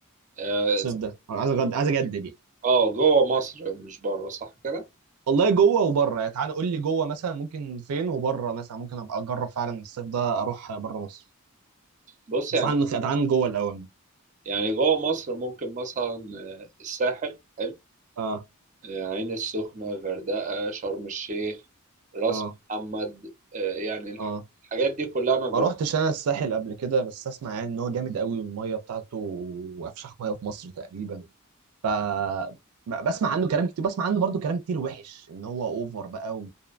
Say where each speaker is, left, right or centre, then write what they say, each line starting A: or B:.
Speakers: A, on the right; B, on the right.
A: اه
B: الصيف ده أنا عايز أجد... عايز اجدد يعني
A: آه، جوه مصر مش بره صح كده؟
B: والله جوه وبره يعني تعالى قول لي جوه مثلا ممكن فين وبره مثلا ممكن ابقى اجرب فعلا الصيف ده اروح بره مصر
A: بص
B: بس
A: يعني
B: عن تعال عن جوه الاول
A: يعني جوه مصر ممكن مثلا آه، الساحل حلو
B: اه
A: آه، عين السخنة غردقة شرم الشيخ راس
B: اه
A: محمد آه، يعني الح-
B: اه
A: الحاجات دي كلها انا جربتها
B: ما روحتش انا الساحل قبل كده بس اسمع يعني ان هو جامد قوي والميه بتاعته افشخ ميه في مصر تقريبا ف ب- بسمع عنه كلام كتير بسمع عنه برضو كلام كتير وحش ان هو اوفر بقى و...